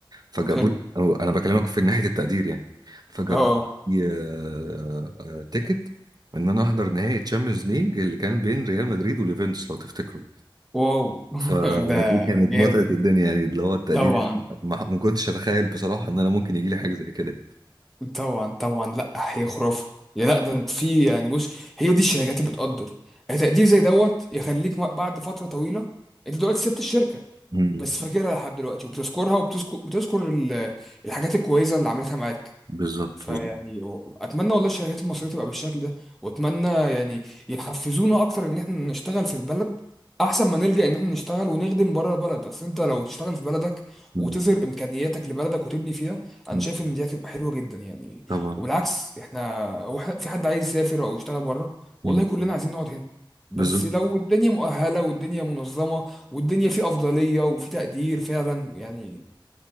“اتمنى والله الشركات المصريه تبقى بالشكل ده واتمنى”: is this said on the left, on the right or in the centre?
Centre